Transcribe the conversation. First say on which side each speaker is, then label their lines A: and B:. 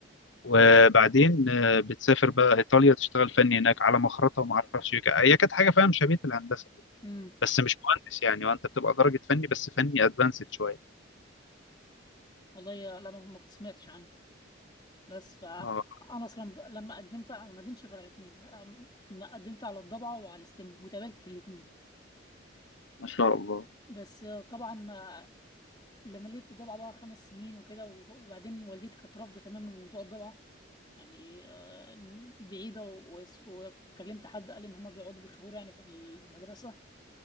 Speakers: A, on the left; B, on the left.
A: وبعدين آه، بتسافر بقى ايطاليا تشتغل فني هناك على مخرطة وما اعرفش إيه. هي كانت حاجة فاهم شبيهة الهندسة
B: امم
A: بس مش مهندس يعني وانت بتبقى درجة فني بس فني ادفانسد شوية
B: والله يا- لا ما ما كنت سمعتش عنه بس ف- انا
A: اه
B: اصلا ب... لما قدمت انا ما قدمتش غير على الاثنين ما قدمت على الضبعه وعلى الستم واتقابلت في الاثنين
A: ما شاء الله
B: بس آه، طبعا ما لما لقيت الضبعه بقى خمس سنين وكده وب... وبعدين والدتي كانت رافضه تماما موضوع الضبعه يعني آه، بعيده و... وس- وكلمت حد قال ان هم بيقعدوا بشهور يعني في المدرسه